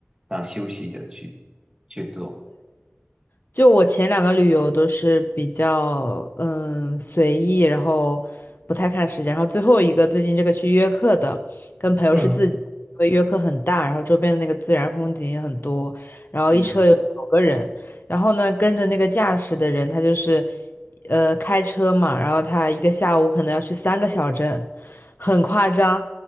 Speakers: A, on the right (about 20°); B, on the left (about 50°).
A: 这样休息着去去做。
B: 就我前两个旅游都是比较嗯随意，然后不太看时间，然后最后一个最近这个去约克的，跟朋友是自己，
A: 嗯，
B: 因为约克很大，然后周边的那个自然风景也很多，然后一车有九个人，
A: 嗯，
B: 然后呢跟着那个驾驶的人，他就是呃开车嘛，然后他一个下午可能要去三个小镇，很夸张，